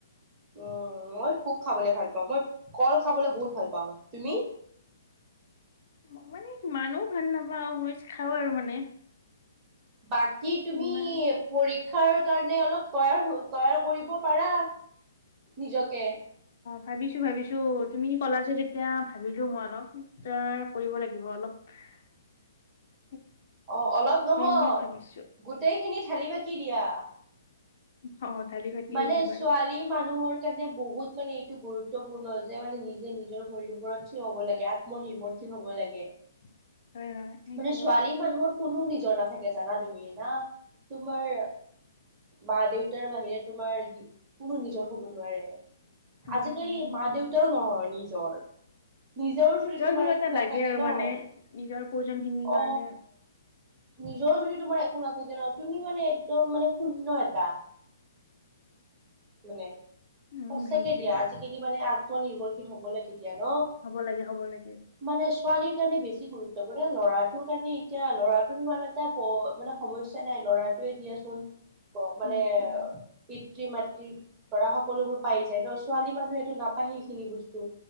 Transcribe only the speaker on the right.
অ মই খোব খাবলে ভাল পাওঁ মই কল খাবলৈ বহুত ভাল পাওঁ। তুমি
বাকী তুমি
পৰীক্ষাৰ কাৰণে অলপ তৈয়াৰ-তৈয়াৰ কৰিব পাৰা নিজকে৷
অ অলপ নহয়
গোটেইখিনি থালি বাকি দিয়া৷
মানে
ছোৱালী
মানুহৰ বহুত মানে এইটো গুৰুত্বপূৰ্ণ যে মানে নিজে নিজৰ শৰীৰৰ ওপৰত থিয় হ'ব লাগে আত্মনিৰ্ভৰশীল হ'ব লাগে।
মানে ছোৱালী
মানুহৰ কোনো নিজৰ নাথাকে জানা তুমি না। তোমাৰ মা-দেউতাৰ বাহিৰে তোমাৰ কোনো নিজৰ হ'ব নোৱাৰে।
আজিকালি
মা-দেউতাও নহয় নিজৰ। নিজৰ বুলি তোমাৰ
একো
নাথাকে
ন।
অ নিজৰ যদি তোমাৰ একো নাথাকে নহ। তুমি মানে একদম মানে শূন্য। <unintelligible> মানে
সঁচাকে
দিয়া আজিকালি মানে আ। আত্মনিৰ্ভৰশী হ'ব লাগে, তেতিয়া ন
মানে ছোৱালী কাৰণে বেছি গুৰুত্ব। ল'ৰাটোৰ কাৰণে এতিয়া ল'ৰাটোৰ ইমান এটা মানে সমস্যা নাই ল'ৰাটোৱেই দিয়াচোন। ক মানে
পিতৃ-মাতৃ ধৰা হওক। সকলোবোৰ পাই যায় ন ছোৱালী মানুহটো নাপায় সেই খিনি বস্তু